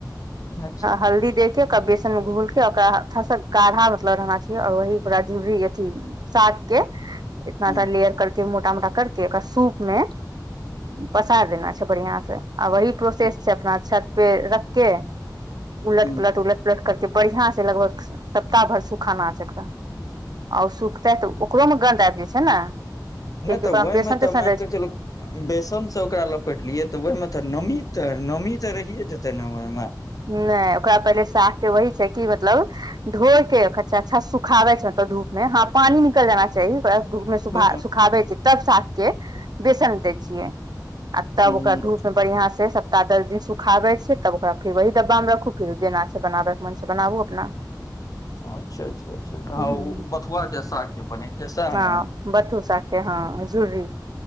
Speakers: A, on the left (about 50°); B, on the right (about 65°).
A: अच्छा
B: हल्दी देके बेसन मे घूल के ओकरा तोड़ा से गाढ़ा मतलब रहना चाहिए आऔर वही पूरा झुड़ी अथी साग के इतना
A: हूं
B: लेयर कर के मोटा मोटा करके ओरा सूप मे पसार देना छै बढ़िया से आ वहि प्रोसेस
A: अच्छा
B: छै अपना छत पे रख के
A: हूं
B: उलट पुलट उलट पुलट क बढ़िया से लगभग सप्ताह भर सुखाना छै ओकरा आ सुखते तऽ ओकरोमे गन्ध आबि जाई छै ने कियाकि
A: नहि तऽ
B: ओकरामे
A: ओहिमे
B: बेसन
A: तऽ
B: तेसन
A: मानिकऽ
B: रहै
A: चलू बेसन से ओकरा लपेटलियै तऽ ओहिमे तऽ नमी तऽ नमी तऽ रहिय जेते ने ओहिमे
B: नहि ओकरा पहिले साथ के वहि छै कि मतलब धो के अच्छा से सुखाबै छै धूप मे ह पानी निकल जयना चाही
A: हूं
B: सुखाबे छै तब साग के बेसन दै छियै आ
A: हूं
B: तब ओकरा धूप में बढ़िया से सप्ताह दस दिन सुखाबे छै तब ओकरा फिर वहि डब्बा मे रखू फिर जेना छै बनाबे के मन छै बनाबू अपना
A: अच्छा अच्छा अच्छा
B: हूँ
A: हँ ओ बथुआ के साग बनैते सएह
B: हँ
A: ने
B: बथु साग के हँ झुरी